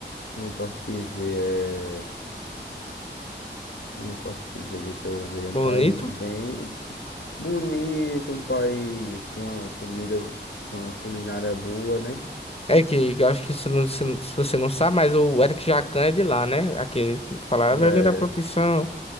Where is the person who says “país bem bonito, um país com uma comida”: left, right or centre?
Left